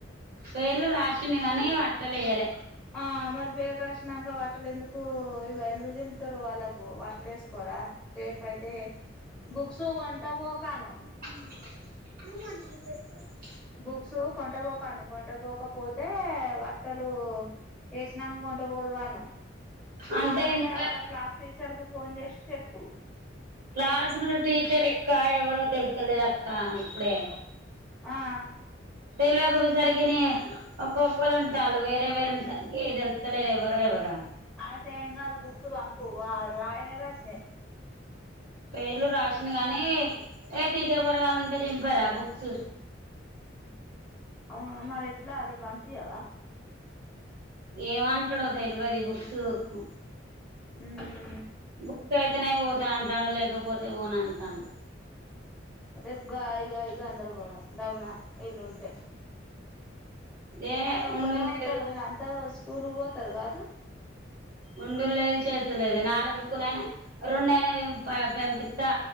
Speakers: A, on the right; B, in the centre.
A: పేర్లు రాషిండు గనీ వట్టలేయలే
B: ఆ మరి పేరు రాశినంకా వట్టలు ఎందుకు ఇగ ఎందుకు జింపుతరు వాళ్ళకు వట్టలు వేసుకోరా రేపుయితే బుక్స్ గొంటబోకను
A: <unintelligible>
B: బుక్స్ కొంటబోకను కొంట బోకపోతే వట్టలు ఏషినాంక కొంట బోదువను. కాదంటే
A: అంటే ఇంట్లో
B: వాళ్ళ క్లాస్ టీచర్ కు ఫోన్ జెషీ చెప్పు
A: క్లాసులు టీచర్ ఇంక ఎవరో తెలుత్తలేదు అక్క ఇప్పుడే
B: ఆ
A: తెలివక పోసరికనే ఒక్కొక్కళ్ళ ఉంటాల్లు వేరే వేరే ఉండే సరికి తెలుతలేరు ఎవరో ఎవరో అని
B: అయతే ఏంగాద్ బుక్స్ పంపు వా రాయనే రాసె
A: పేర్లు రాషిండు గనీ ఏ తీట పోరగాళ్ళు ఉంటే జింపర బుక్స్
B: అవును మరెట్ల రేప్ బంపియవా!
A: ఏమంటడో తెల్వది బుక్స్కు
B: ఉమ్
A: బుక్ అయితేనే పోతా అంటాండు లేకపోతే పోనంటాండు
B: రేపు గాయ గాయి గందరగరం దబున ఇల్లుంటే
A: ఏ
B: ఆయన ఒక్కడే
A: ఉండు లేదు
B: ఉంటాడు వాళ్ళు అంతా స్కూల్ పోతారు కాదు
A: ఉండులేదు చేస్తలేదు నాలుగు బుక్కులైనా రెండైనా పంపిస్తా